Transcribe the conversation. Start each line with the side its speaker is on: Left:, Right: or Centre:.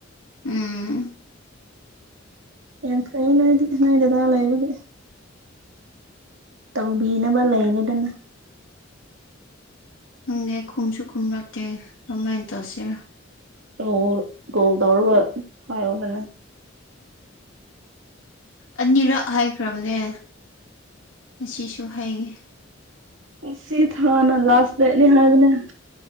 Left: ꯎꯝ
Right: ꯌꯥꯝ ꯐꯩꯌꯦ ꯅꯣꯏꯗꯤ ꯅꯣꯏ ꯗꯥꯗꯥ ꯂꯩꯕꯒꯤ ꯇꯧꯕꯤꯅꯕ ꯂꯩꯔꯦꯗꯅ
Left: ꯈꯪꯗꯦ ꯈꯨꯝꯁꯨ ꯈꯨꯝꯔꯛꯇꯦ ꯀꯃꯥꯏꯟ ꯇꯧꯁꯤꯔ
Right: ꯀꯣꯜ ꯀꯣꯜ ꯇꯧꯔꯒ ꯍꯥꯏꯌꯣꯗꯅ
Left: ꯑꯅꯤꯔꯛ ꯍꯥꯏꯈ꯭ꯔꯕꯅꯦ ꯉꯁꯤꯁꯨ ꯍꯥꯏꯌꯦ
Right: ꯁꯤ ꯊꯥꯅ ꯂꯥꯁ ꯗꯦꯠꯅꯤ ꯍꯥꯏꯕꯅꯦ